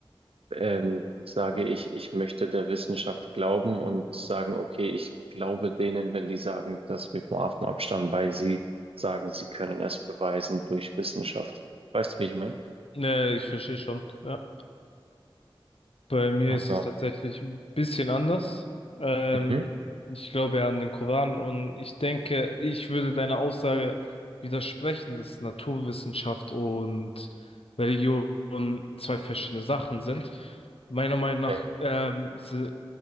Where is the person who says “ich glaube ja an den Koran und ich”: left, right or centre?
Left